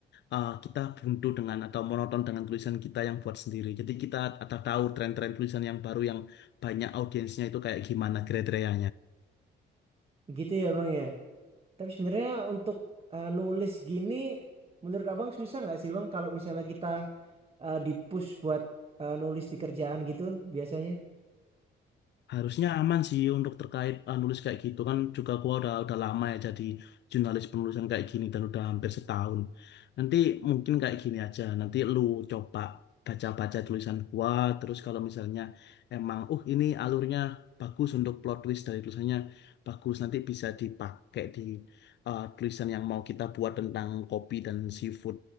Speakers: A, on the left; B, on the right.
A: eh, kita buntu dengan atau monoton dengan tulisan kita yang buat sendiri. Jadi kita ada tahu tren-tren tulisan yang baru yang banyak audiensnya itu kayak gimana kriteria
B: gitu ya bang ya tapi sebenarnya untuk eh, nulis gini menurut abang susah nggak sih bang kalau misalnya kita eh, dipush buat eh, nulis di kerjaan gitu biasanya
A: Harusnya aman sih untuk terkait uh, nulis kayak gitu kan juga gua udah udah lama ya jadi jurnalis penulisan kayak gini dan udah hampir setahun. Nanti mungkin kayak gini aja. Nanti lu coba baca-baca tulisan gua terus kalau misalnya emang uh ini alurnya bagus untuk plot twist dari tulisannya bagus nanti bisa dipakai di uh, tulisan yang mau kita buat tentang kopi dan seafood